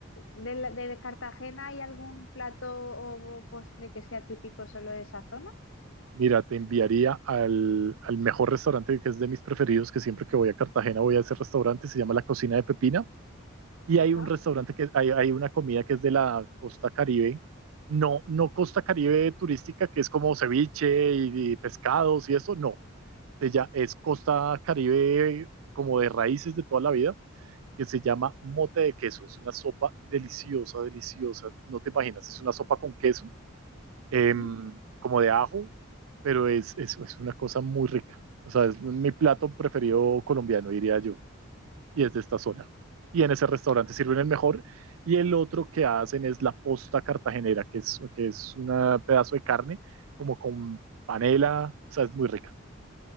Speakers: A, on the left; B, on the right.
A: del- de, Cartagena hay algún plato o postre que sea típico solo de esa zona?
B: mira, te enviaría al, al mejor restaurante que es de mis preferidos, que siempre que voy a Cartagena voy a ese restaurante, se llama La Cocina de Pepina y
A: Ajá.
B: hay un restaurante que hay, hay una comida que es de la costa Caribe, no, no costa Caribe turística, que es como ceviche y, y pescados y eso, no, se ya es costa Caribe como de raíces de toda la vida, que se llama mote de queso, es una sopa deliciosa, deliciosa, no te imaginas, es una sopa con queso, em,
A: ujú.
B: como de ajo, pero es, es, es una cosa muy rica, o sea, es mi plato preferido colombiano, diría yo y es de esta zona. Y en ese restaurante sirven el mejor. Y el otro que hacen es la posta cartagenera, que es, que es un pedazo de carne como con panela, o sea, es muy rica.